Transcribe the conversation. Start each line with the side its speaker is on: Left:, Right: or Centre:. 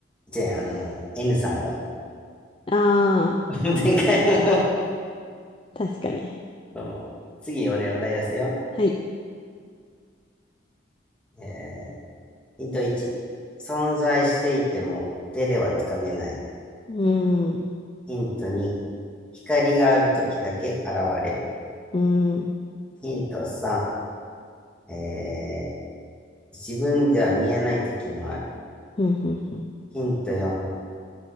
Centre: う。じゃあ、あの、N さんが、
Left: ああ、
Centre: <laughs> 前回も
Left: 確かに。
Centre: <laughs> 次、俺お題出すよ。
Left: はい。
Centre: えー、ヒント1、存在していても手ではつかめない。
Left: うーん、う
Centre: ヒント2、光がある時だけ現れる。
Left: ーん、
Centre: ヒント3、えー、自分では見えない時もある。
Left: ふんふんふん。
Centre: ヒント4、